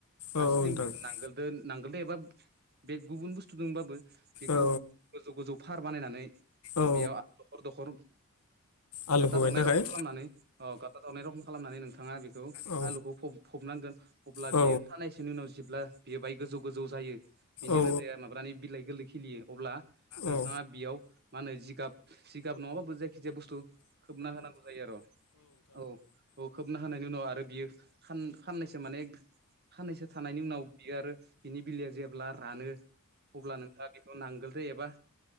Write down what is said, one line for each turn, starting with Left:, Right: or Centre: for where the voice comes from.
Right: हा
Left: औ नोंथां
Right: स्लिम होनो नांग नांगोलदो नांगोलद एबा बे गुबुन बुस्थु दंबाबो बेखौ
Left: औ
Right: गोजौ गोजौ फार बानायनानै
Left: औ
Right: बेयाव दखर दखर
Left: आलुखौ
Right: गाथा जावनाय
Left: गायनो
Right: रखम
Left: थाखाय
Right: खालामनानै औ गाथा जावनाय रखम खालामनानै नोंथाङा बेखौ
Left: औ
Right: आलुखौ फ-फबनांगोन अब्ला
Left: औ
Right: बेयो खानायसोनि उनाव जेब्ला बे बाय गोजौ गोजौ जायो। बिनि
Left: औ
Right: रोदाया माबानि बिलाइ गोरलै खिलियो अब्ला नोंथाङा
Left: औ नोंथां औ नोंथां औ नोंथां औ नोंथां औ नोंथां औ
Right: बेयाव मा होनो जिगाब सिगाब नङाबाबो जायखि जाया बुस्थु होबना होनांगौ जायो आरो औ। औ खोबना होनायनि उनाव आरो बियो साननैसो माने साननैसो थानायनि उनाव बियो बिनि बिलाया जेब्ला रानो अब्ला नोंथाङा बेखौ नांगोलदो एबा